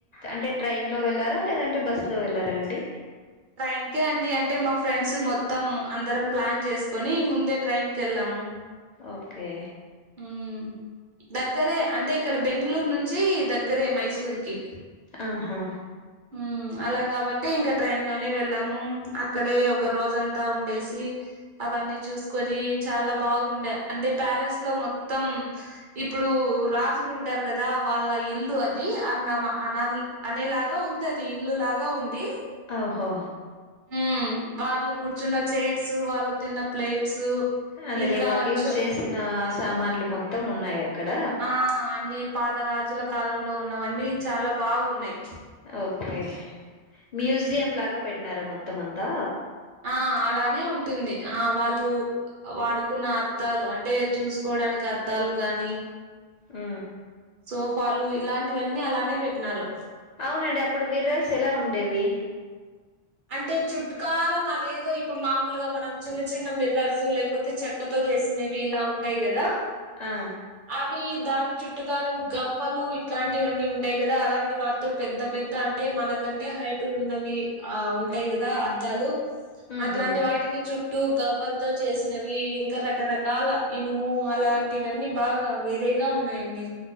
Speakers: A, on the left; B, on the right.
A: అంటే ట్రైన్లో వెళ్ళారా లేదంటే బస్లో వెళ్ళారా అండి
B: ట్రైన్ కే అండి అంటే మా ఫ్రెండ్స్ మొత్తం అందరం ప్లాన్ చేసుకొని ముందే ట్రైన్ కెళ్ళాము
A: ఓకే
B: ఉమ్మ్ దగ్గరే అంటే ఇక్కడ బెంగళూరు నుంచి దగ్గరే మైసూరుకి
A: ఆహా
B: మ్ అలా కాబట్టే ఇంకా ట్రైన్ లోనే వెళ్ళాము అక్కడే ఒక రోజంతా ఉండేసి అవన్నీ చూసుకొని చాలా బాగుండే అంటే ప్యాలెస్ ట్లో మొత్తం ఇప్పుడు రాజులు ఉంటారు కదా వాళ్ళ ఇల్లు అది అ ఉన్నామా అనన్ల్ అనేలాగా ఉంది అది ఇండ్లు లాగా ఉంది
A: ఓహో
B: ఉమ్ వాళ్ళు కూర్చున్న చైర్స్ వాళ్ళు తిన్న ప్లేట్స్
A: అదెలే
B: ఇంకా
A: వాళ్ళు యూజ్
B: చ
A: చేసిన సామాన్లు మొత్తం ఉన్నాయి అక్కడ
B: ఆ అన్నీ పాత రాజుల కాలంలో ఉన్నవన్నీ చాలా బాగున్నాయి
A: ఓకే మ్యూజియం లాగా పెట్టినారా మొత్తం అంతా
B: ఆ అలానే ఉంటుంది ఆ వాళ్ళు వాడుకున్న అద్దాలు అంటే చూసుకోవడానికి అద్దాలు గానీ
A: ఆ
B: సోఫాలు ఇలాంటివన్నీ అలానే పెట్టినారు
A: అవునండి అప్పుడు మీరస్ ఎలా ఉండేవి
B: అంటే చుట్టుకారం అదేదో ఇప్పుడు మామూలుగా మనం చిన్న చిన్న మిర్రర్సు లే పోతే చెక్కతో చేసినవి ఇలా ఉంటాయి కదా
A: ఆ
B: అవి దానికి చుట్టుకారం గవ్వలు ఇట్లాంటివన్నీ ఉంటాయి కదా అలాంటి వా తో పెద్ద పెద్ద అంటే మనకంటే హైట్ ఉన్నవి ఆ ఉంటాయి
A: ఉ
B: కదా అద్దాలు
A: ఉహు
B: అట్లాంటి వాటికి చు ట్టూ గవ్వలతో చేసినవి ఇంకా రకరకాల ఇనుము అలాంటివన్నీ బాగా వేరేగా ఉన్నాయండి